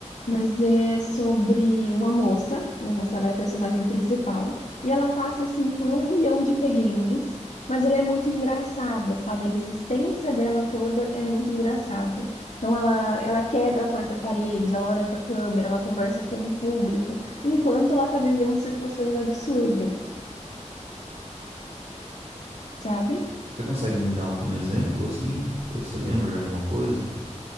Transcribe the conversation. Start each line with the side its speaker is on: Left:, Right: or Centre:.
Left: Mas é sobre uma moça, uma moça, ela é a personagem principal, e ela passa, assim, por um milhão de perrengues, mas ela é muito engraçada, sabe? A existência dela toda é muito engraçada. Então, ela, ela quebra a quarta parede, ela olha para a câmera, ela conversa com o público, enquanto ela está vivendo situações absurdas, sabe?
Right: Você consegue me dar algum exemplo, assim? Você- Você lembra de alguma coisa?